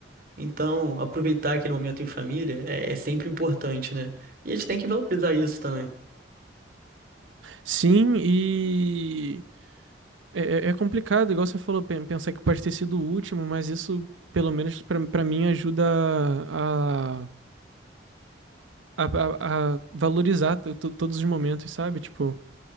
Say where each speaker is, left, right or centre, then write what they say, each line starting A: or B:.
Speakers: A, on the right; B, on the right.
A: Então, aproveitar aquele momento em família é, é sempre importante, né? E a gente tem que valorizar isso também.
B: Sim, e é, é- é complicado, igual você falou, pen- pensar que pode ter sido o último, mas isso, pelo menos pra pra mim, ajuda a, a, a, a valorizar to- to- todos os momentos, sabe? Tipo,